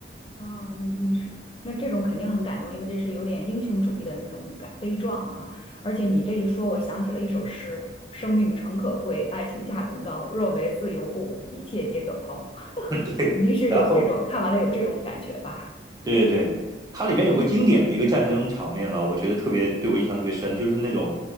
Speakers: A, on the left (about 30°); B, on the right (about 20°).
A: 啊，你你是那这种肯定很感动，因为这是有点英雄主义的那种感悲壮啊。而且你这一说，我想起了一首诗：“生命诚可贵，爱情价更高。若为自由故，一切皆可抛。”
B: <laughs> 对，
A: <laughs> 肯定是有这种看完了有这种感觉吧。
B: 然后。对对对，它里边有个经典的一个战争场面嘛，我觉得特别对我印象特别深，就是那种